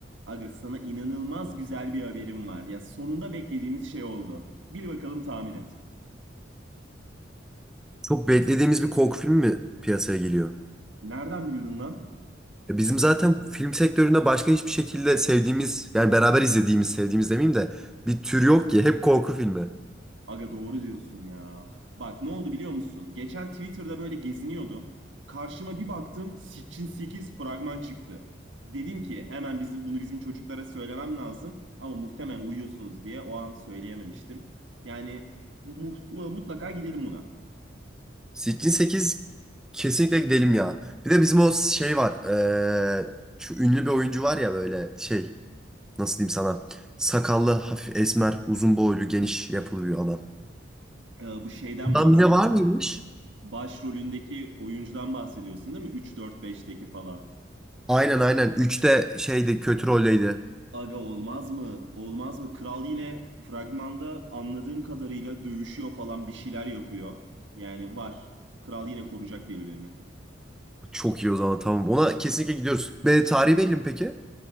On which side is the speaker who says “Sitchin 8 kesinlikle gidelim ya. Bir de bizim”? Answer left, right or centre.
Centre